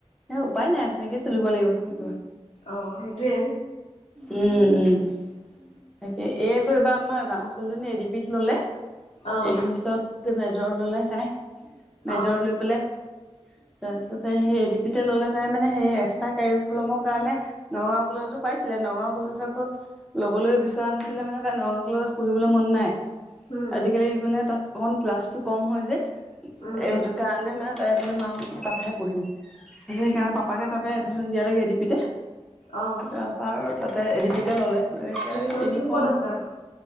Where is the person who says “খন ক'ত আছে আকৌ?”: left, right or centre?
Left